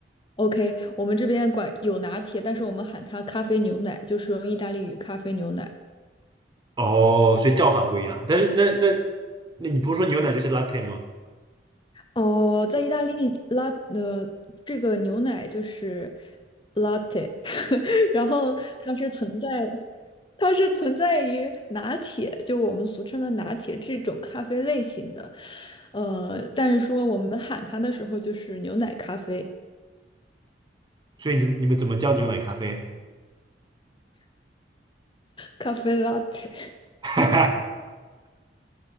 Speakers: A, on the left (about 25°); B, on the right (about 25°).
A: ？OK，我们这边管有拿铁，但是我们喊它咖啡牛奶，就是用意大利语咖啡牛奶。
B: 哦，所以叫法不一样。但是那那那你不是说牛奶就是 latte 吗？
A: 哦，在意大利拉呃，这个牛奶就是 latte，<laughs> 然后它是存在。它是存在于拿铁，就我们俗称的拿铁这种咖啡类型的，呃，但是说我们喊它的时候就是牛奶咖啡，
B: 所以你你们怎么叫牛奶咖啡？
A: 咖啡 l 铁，
B: <laughs>